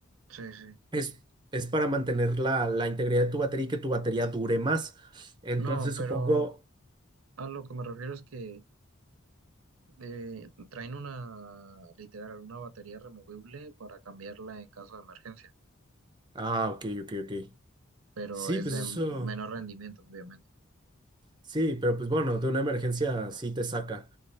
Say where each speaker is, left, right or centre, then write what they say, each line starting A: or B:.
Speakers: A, on the right; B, on the right.
A: Sí, sí.
B: Es, es para mantener la, la integridad de tu batería y que tu batería dure más. Entonces,
A: No,
B: supongo...
A: pero a lo que me refiero es que Eh, traen una, literal, una batería removible para cambiarla en caso de emergencia,
B: Ah, ok, ok, ok.
A: pero
B: Sí,
A: es
B: pues
A: de
B: eso...
A: m- menor rendimiento, obviamente.
B: Sí, pero pues bueno, de una emergencia sí te saca.